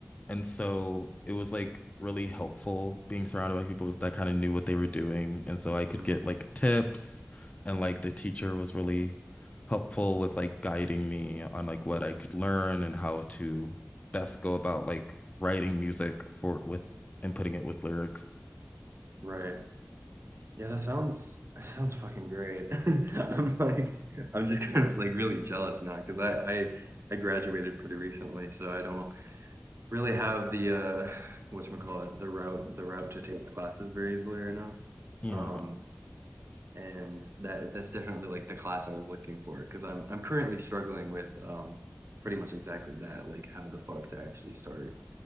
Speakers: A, on the left (about 25°); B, on the right (about 60°).
A: and so it was like really helpful being surrounded by people that kind of knew what they were doing, and so I could
B: mm,
A: get like tips, and like the teacher was really helpful with like guiding me on like what I could learn and how to best go about like writing music for with and putting it with lyrics.
B: right. Yeah, that sounds that sounds fucking great. <laughs> I'm like I'm just kind of like really jealous now because I I I graduated pretty recently, so I don't really have the uh, whatchamacallit, the route, the route to take classes very easily right now.
A: Yeah.
B: Um, and that that's definitely like the class I was looking for because I'm I'm currently struggling with um, pretty much exactly that, like how the fuck to actually start